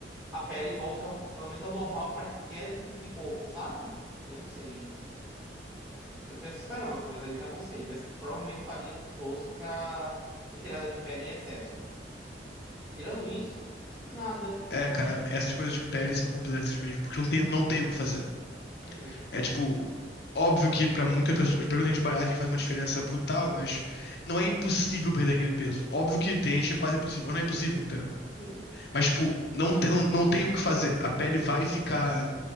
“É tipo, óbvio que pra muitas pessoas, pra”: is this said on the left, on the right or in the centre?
Left